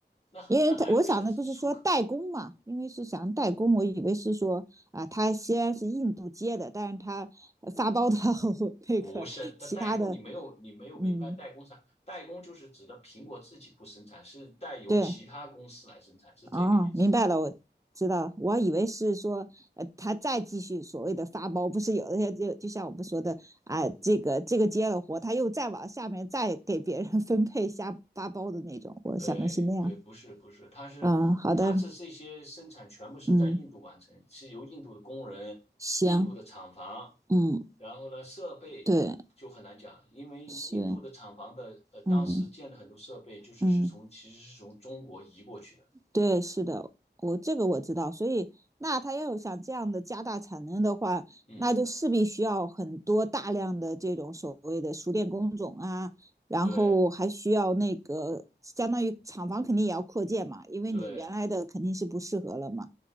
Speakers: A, on the left (about 35°); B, on the right (about 20°).
A: 那那还不是出口？
B: 因为他我想的不是说代工嘛，因为是想代工，我以为是说啊，他虽然是印度接的，但是他发包到 <laughs> 那个其他的
A: 不是，它代工你没有你没有明白代工啥？
B: 嗯，
A: 代工就是指的苹果自己不生产，是代由其他公司来生产，
B: 对，
A: 是这个意思。
B: 哦，明白了，我知道，我还以为是说，呃，他再继续所谓的发包，不是有一些就就像我们说的啊，这个这个接了活，他又再往下面再给别人 <laughs> 分配下发包的那种，我想的是那样。
A: 对对，不是不是，它是它是这些生产全部是在印度完成，
B: 嗯，好的，嗯，
A: 是由印度的工人、
B: 行，
A: 印度的厂房，
B: 嗯，
A: 然后呢设备就很难讲，
B: 对，
A: 因为印度的厂房的呃当时建的很多设备就是是从其实是从中国移过去的，
B: 是，嗯嗯。对，是的，我这个我知道，所以那他要有想这样的加大产能的话，
A: 嗯，
B: 那就势必需要很多大量的这种所谓的熟练工种啊，然后还需要那个相当于厂房肯定也要扩建嘛，
A: 对
B: 因为你原来的肯定是不适合了嘛。
A: 对，